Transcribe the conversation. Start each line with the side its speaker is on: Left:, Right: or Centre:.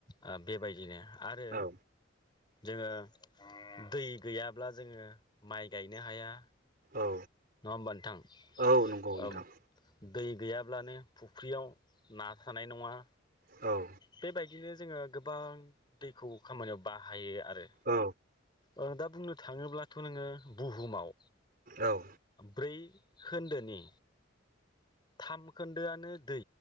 Left: ओ बेबायदिनो आरो
Right: औ
Left: जोङो दै गैयाब्ला जोङो माइ गायनो हाया
Right: औ
Left: नङा होमबा नोंथां
Right: औ नंगौ नोंथां
Left: औ दै गैयाब्लानो फुख्रियाव ना थानाय नङा
Right: औ
Left: बेबायदिनो जोङो गोबां दैखौ खामानियाव बाहायो आरो
Right: औ
Left: रो दा बुंनो थाङोब्लाथ' नोङो बुहुमाव
Right: औ
Left: ब्रै खोन्दोनि थाम खोन्दोआनो दै